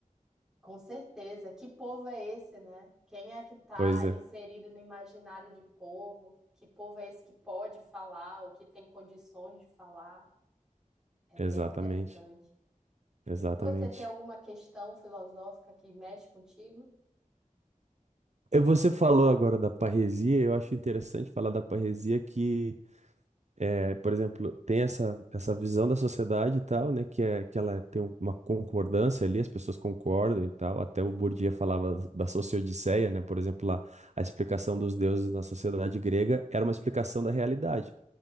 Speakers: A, in the centre; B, on the right (about 55°).
A: com certeza. Que povo é esse, né? Quem é que está
B: Pois
A: inserido
B: é,
A: no imaginário de povo? Que povo é esse que pode falar ou que tem condições de falar? É
B: exatamente,
A: bem interessante.
B: exatamente.
A: Você tem alguma questão filosófica que mexe contigo?
B: Eh, Você falou agora da parresia, eu acho interessante falar da parresia que, eh, por exemplo, tem essa, essa visão da sociedade e tal, né, que, é, que ela tem um- uma concordância ali, as pessoas concordam e tal, até o Bourdieu falava da sociodiceia, né, por exemplo, lá, a explicação dos
A: Uhum.
B: deuses na sociedade grega era uma explicação da realidade,